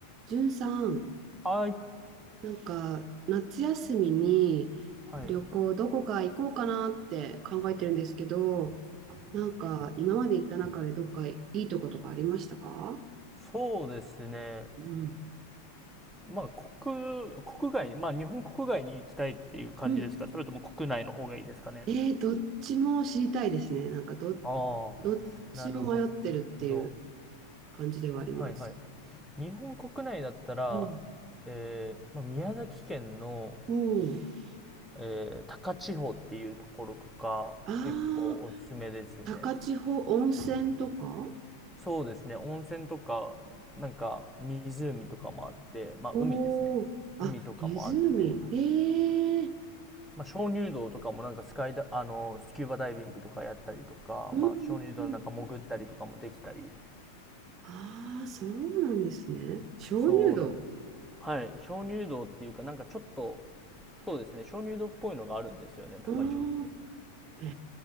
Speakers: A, on the right; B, in the centre.
A: じゅんさん、
B: はい。
A: なんか夏休みに
B: はい。
A: 旅行どこか行こうかなって考えてるんですけど、なんか今まで行った中でどっかいいとことかありましたか
B: そうですね。
A: うん。
B: まあ、国、国外、まあ、日本国外に行きたいっていう感じですかそれとも国内の方がいいですかね
A: うん。えー、どっちも知りたいですね。なんかど、
B: ああ、
A: どっちも迷ってるっていう
B: なるほど。
A: 感じではあります。
B: はいはい。日本国内だったら、
A: うん。
B: えー、まあ、宮崎県の、
A: おー。
B: えー、高千穂っていうところとか、
A: あー、
B: 結構おすすめですね。
A: 高千穂温泉とか
B: そうですね。温泉とか、なんか湖とかもあって、まあ海ですね。
A: おー。あ、
B: 海とかもあって、
A: 湖。えー。
B: まあ、鍾乳洞とかもなんかスカイダあのスキューバダイビングとかやったりとか、
A: うんうんうん
B: まあ、鍾乳洞の中潜ったりとかもできたり
A: ああ、そうなんですね。鍾乳洞。
B: そうなんですよはい鍾乳洞っていうかなんかちょっとそうですね鍾乳洞っぽいのがあるんですよね高千穂に
A: うん。へ